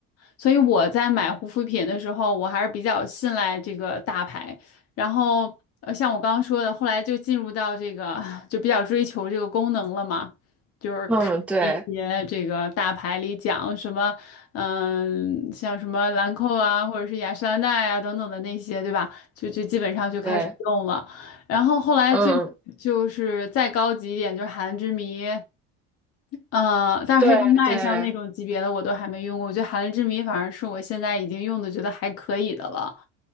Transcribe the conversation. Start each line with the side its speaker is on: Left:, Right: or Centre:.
Left: 所以我在买护肤品的时候，我还是比较信赖这个大牌。然后，呃像我刚刚说的，后来就进入到这个，就比较追求这个功能了嘛，就是看一些这个大牌里讲什么，
Centre: 嗯对
Left: 嗯，像什么兰蔻啊，或者是雅诗兰黛啊等等的那些，对吧？就就基本上就开始用了。
Centre: 对，
Left: 然后后来最就是再高级一点，
Centre: 嗯
Left: 就是韩之谜。呃，但是黑绷带像那种级别的我都还没用过，
Centre: 对对。
Left: 我觉得含泪之谜反而是我现在已经用的觉得还可以的了。